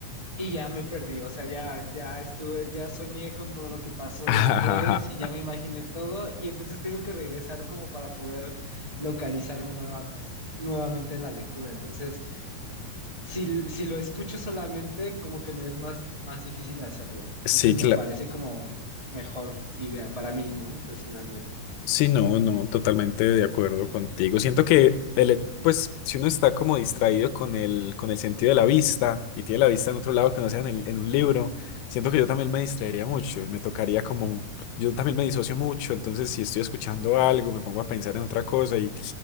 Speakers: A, on the right; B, on the left.
A: Y ya me perdí, o sea, ya, ya estuve, ya soñé con todo lo que pasó
B: <laughs>
A: después y ya me imaginé todo y entonces tengo que regresar como para poder localizarme nuevamente, nuevamente en la lectura. Entonces, si, si lo escucho solamente, como que me es más, más difícil hacerlo.
B: Sí,
A: Entonces me
B: claro.
A: parece como mejor idea para mí, ¿no? Personalmente.
B: Sí, no, no, totalmente de acuerdo contigo. Siento que el, e- pues, si uno está como distraído con el, con el sentido de la vista y tiene la vista en otro lado que no sea en, el- en un libro, siento que yo también me distraería mucho y me tocaría como, yo también me disocio mucho, entonces si estoy escuchando algo, me pongo a pensar en otra cosa y,